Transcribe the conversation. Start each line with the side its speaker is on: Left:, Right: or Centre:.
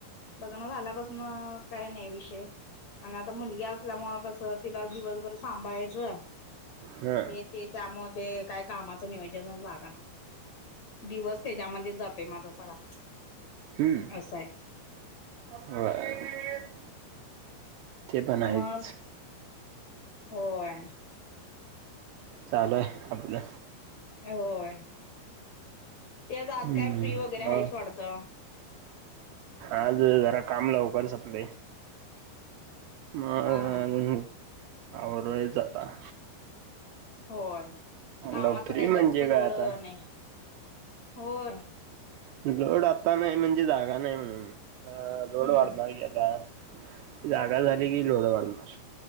Left: लग्न झाल्यापासून काय नाही विषय <inaudible> आणि आता मुलगी असल्यामुळ कसं तिला दिवसभर सांभाळायचं. <inaudible>
Right: हा
Left: हे -ते त्यामुळ ते काय कामाच नियोजनच लागना दिवस त्याच्यामध्येच जातोय माझा सगळा
Right: हम्म
Left: असं आहे
Right: बर <inaudible> ते पण हायच
Left: मग
Right: <inaudible>
Left: होय-
Right: चालू आहे आपल-
Left: होय- ते आता आज
Right: हम्म
Left: काय फ्री वगैरे
Right: ह
Left: आहेस वाटतं -
Right: आज जरा काम लवकर सपलंय- अ
Left: हा हा
Right: आवरायच आता-
Left: होय कामाच
Right: लवकरी
Left: काही
Right: म्हणजे
Left: जास्त लोड
Right: काय आता
Left: नाही होय-
Right: लोड आता नाही म्हणजे जागा नाही म्हणून लोड
Left: हम्म
Right: वाढणार की आता- जागा झाली कि लोडवाडणार-